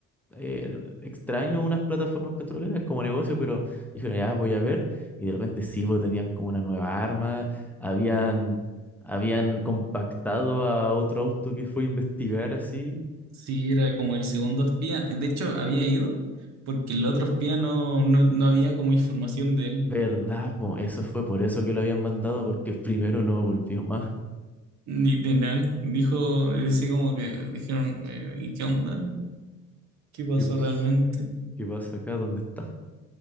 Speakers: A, in the centre; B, on the right.
A: eh, extraño unas plataformas petroleras como negocio, pero dijeron, ya voy a ver. Y de repente sí, pues tenían como una nueva arma, habían, habían compactado a otro auto que fue a investigar así.
B: Sí, era como el segundo espía. De hecho, había ido porque el otro espía no, no, no había como información de él,
A: ¿Verdad, po? Eso fue por eso que lo habían mandado, porque el primero no volvió más.
B: ni de él. Dijo, así como que dijeron, eh, ¿y qué onda? ¿Qué pasó
A: ¿Qué pasa
B: realmente?
A: ¿Qué pasa acá? ¿Dónde está?